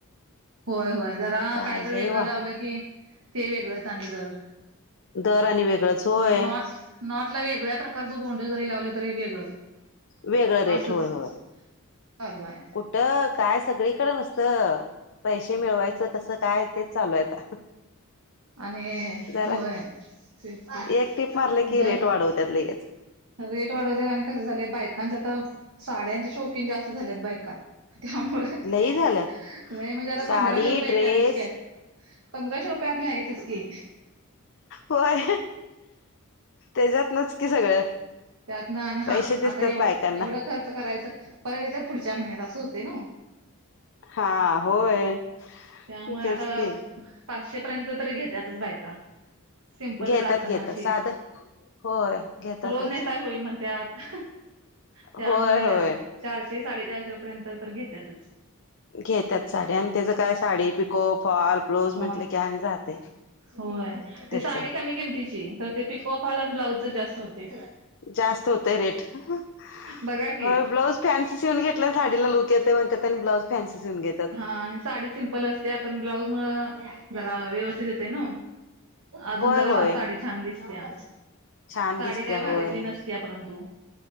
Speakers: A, on the right (about 70°); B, on the left (about 60°).
A: होय होय जरा
B: काय
A: कायत
B: लय
A: वेगळं
B: वा
A: लावलं की ते वेगळच आणि दर
B: दर आणि वेगळंच होय
A: नॉट नॉटला वेगळ्या प्रकारच गोंड जरी लावलं तरी वेगळं
B: वेगळं रेट
A: असच
B: होय होय
A: चालवा आहे
B: कुठं काय सगळीकडे नसत त पैसे मिळवायचं कसं काय तेच चालू हाय आता.
A: आणि
B: जरा
A: होय ते आणि
B: एक टीप मारलं की
A: दर
B: रेट वाढवत्यात लगेच
A: रेट वाढवत्यात आणि कसं झालयं बायकांच आता साडयांचे शौकीन जास्त झालेत बायका त्यामुळ नाही
B: लई झाल्यात
A: म्हणजे आता
B: साडी
A: पंधराशे रुपये
B: ड्रेस
A: येत्यातच की आणि पंधराशे रुपये आपले आहेतच की
B: होय त्याच्यात नच की सगळं.
A: त्यातन आणि हा
B: पैसे दिसतात
A: आता एवढं
B: बायकांना
A: खर्च करायचं परत येत्यात पुढच्या महिन्यात असं होते न
B: हा होय!
A: त्यामुळं
B: तेच
A: आता
B: की
A: पाचशे पर्यंत तरी घेत्यातच बायका. सिम्पल
B: घेतात
A: का असना
B: घेतात
A: अशी
B: साधं होय घेतातच
A: रोज नेसाय होईल म्हणत्यात. त्यामुळं
B: होय होय
A: चारशे साडेचारशे पर्यंत तर घेत्याच
B: घेत्यात साडया आणि त्याच काय sari pico fall blouse
A: हो
B: म्हटलं की आणि जाते
A: होय
B: त्याच
A: ते साडी कमी किमतीची तर ते पिको फॉल आणि ब्लाउजच जास्त होते
B: जास्त होतय रेट व्हय
A: बघा की
B: ब्लॉउज फॅन्सी शिवून घेतले साडीला लुक येतय म्हणत्यात आणि ब्लाउज फॅन्सी शिवून घेतात.
A: हा आणि साडी सिम्पल असत्या पण ब्लाऊज मुळं जरा व्यवस्थित येतय न. अजून
B: होय
A: जरा
B: होय
A: साडी छान दिसतत्या
B: छान
A: साडी
B: दिसत्या
A: काय भारीतली
B: होय
A: नस त्या परंतु